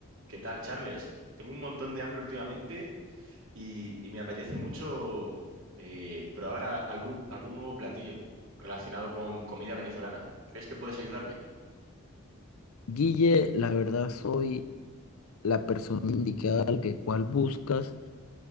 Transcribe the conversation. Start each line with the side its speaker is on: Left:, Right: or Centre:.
Right: ¿Qué tal, Charles? Tengo un montón de hambre últimamente y, y me apetece mucho eh, probar a- al nu- algún nuevo platillo relacionado con comida venezolana. ¿Crees que puedes ayudarme?
Left: Guille, la verdad soy la persona indicada al que cual buscas,